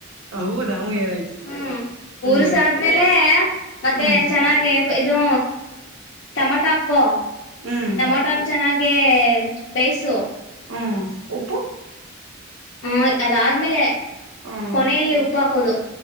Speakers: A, on the right; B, on the left.
A: ಹೌದಾ ಹೂ ಹೇಳಾಯ್ತು
B: ಹ್ಮ
A: ಹ್ಮ್
B: ಊರ್ಸ ಆದ್ಮೇಲೆ ಮತ್ತೆ
A: ಹ್ಮ್
B: ಚೆನ್ನಾಗೆ ಅದು ಟಮಟಾಕ್ಕೋ
A: ಹ್ಮ್
B: ಟಮಟೊ ಚೆನ್ನಾಗಿ ಗೆ ಬೇಯಸು
A: ಹ್ಮ್ ಉಪ್ಪು
B: ಹ ಅದಾದ್ಮೇಲೆ
A: ಹ್ಮ್
B: ಕೊನೆಯಲ್ಲಿ ಉಪ್ಪ ಹಾಕೋದು